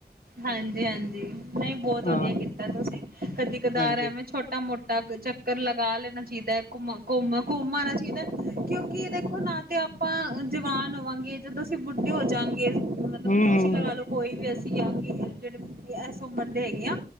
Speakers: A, on the right (about 60°); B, on the left (about 50°).
A: ਹਾਂਜੀ-ਹਾਂਜੀ। ਨਹੀਂ, ਬਹੁਤ
B: ਹਾਂ
A: ਵਧੀਆ ਕੀਤਾ ਤੁਸੀਂ। ਕਦੀ- ਕਦਾਰ
B: ਹਾਂਜੀ
A: ਐਵੇਂ, ਛੋਟਾ- ਮੋਟਾ ਚੱਕਰ ਲਗਾ ਲੈਣਾ ਚਾਹੀਦਾ ਹੇ। ਘੁੰਮ-ਘੰਮ -ਘੁੰਮ ਆਣਾ ਚਾਹੀਦਾ। ਕਿਉਂਕਿ, ਦੇਖੋ ਨਾ, ਤੇ ਆਪ ਆਪਾਂ ਜਵਾਨ ਹੋਵਾਂਗੇ ਜਦੋਂ ਅਸੀਂ ਬੁੱਢੇ ਹੋ ਜਾਂਗੇ, ਮਤਲਬ
B: ਹੂੰ
A: ਤੁਸੀ
B: ਹੂੰ
A: ਲਗਾ ਲੋ ਕੋਈ ਵੀ ਅਸੀਂ ਯਾਂ ਜਿਹੜੇ ਐਸੇ ਬੰਦੇ ਹੈਗੇ ਆ